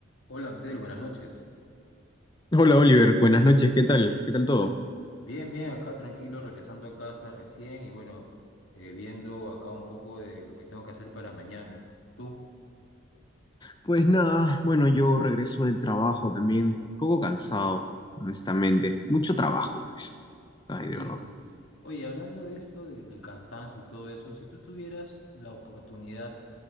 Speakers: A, on the left (about 75°); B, on the left (about 20°).
A: Hola Abdel, buenas noches.
B: Hola Oliver, buenas noches, ¿qué tal? ¿Qué tal todo?
A: Bien, bien, acá tranquilo, regresando a casa recién y bueno, eh, viendo acá un poco de lo que tengo que hacer para mañana. ¿Tú?
B: Pues nada, bueno, yo regreso del trabajo también, un poco cansado, honestamente. Mucho trabajo, pues. Ay,
A: Sí,
B: de verdad.
A: pues. Oye, hablando de esto, de- del cansancio y todo eso, si tú tuvieras la oportunidad,